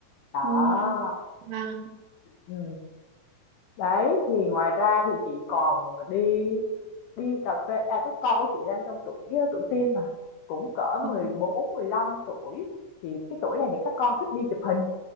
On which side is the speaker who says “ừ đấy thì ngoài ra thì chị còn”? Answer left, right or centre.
Left